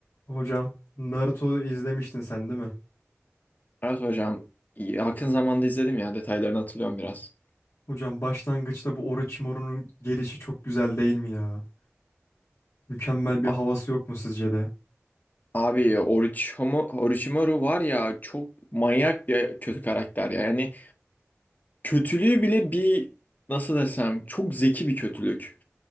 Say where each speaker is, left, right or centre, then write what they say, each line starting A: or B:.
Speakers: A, on the left; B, on the left.
A: Hocam Naruto izlemiştin sen değil mi?
B: Evet hocam. iyi- Yakın zamanda izledim ya. Detaylarını hatırlıyorum biraz.
A: Hocam başlangıçta bu Orochimaru'nun gelişi çok güzel değil mi ya? Mükemmel bir
B: A-
A: havası yok mu sizce de?
B: abi Orochimaru, Orochimaru var ya çok manyak bir kötü karakter ya. Yani kötülüğü bile bir nasıl desem çok zeki bir kötülük.